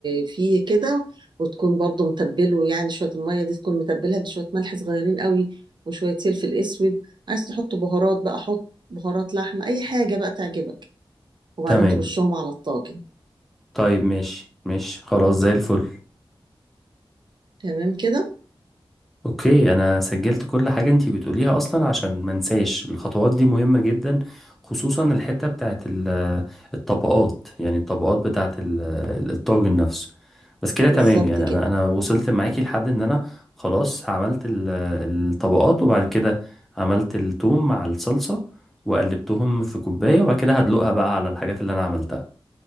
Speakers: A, on the right; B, in the centre.
A: في كده وتكون برضو متبله يعني شويه الميه دي تكون متبلها بشويه ملح صغيرين قوي وشويه فلفل اسود عايز تحط بهارات بقى حط بهارات لحمه اي حاجه بقى تعجبك وبعدين
B: تمام
A: ترشهم على الطاجن
B: طيب ماشي ماشي خلاص زي الفل
A: تمام كده
B: اوكي انا سجلت كل حاجة انتي بتقوليها اصلا عشان ما انساش الخطوات دي مهمة جدا خصوصا الحتة بتاعت ال- الطبقات يعني الطبقات بتاعت ال- الطاجن نفسه بس كده تمام
A: بالظبط
B: يعني
A: كده
B: انا انا وصلت معاكي لحد ان انا خلاص عملت ال- الطبقات وبعد كده عملت التوم مع الصلصة وقلبتهم في كوباية وبعد كده هدلقها بقى على الحاجات اللي انا عملتها